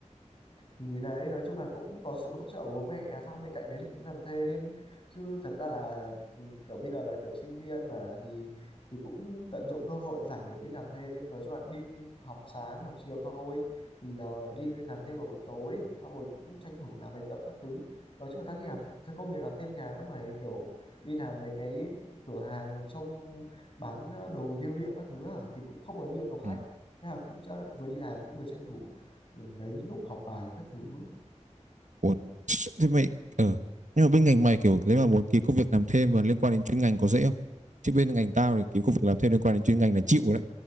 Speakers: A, on the left; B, on the right.
A: thì đấy nói chung là cũng có sự hỗ trợ của bố mẹ à, xong bên cạnh đấy thì cũng làm thêm chứ thật ra là ừ, kiểu bây giờ là kiểu sinh viên mà thì thì cũng tận dụng cơ hội rảnh để đi làm thêm nói chung là đi học sáng học chiều thôi thì ờ, đi lên làm thêm vào buổi tối xong rồi cũng tranh thủ làm bài tập các thứ nói chung là ta đi làm cái công việc làm thêm nhàn lắm mày kiểu đi làm mấy cái cửa hàng trông bán ờ, đồ lưu niệm các thứ à thì cũng không có nhiều khách
B: Ừ.
A: thế là cũng chả- vừa đi làm cũng vừa tranh thủ Ừ, mấy lúc học bài các thứ
B: Ủa thế mày ờ nhưng mà bên ngành mày kiểu nếu mà muốn kiếm công việc làm thêm mà liên quan đến chuyên ngành có dễ không chứ bên ngành tao thì kiếm công việc làm thêm liên quan đến chuyên ngành là chịu rồi đấy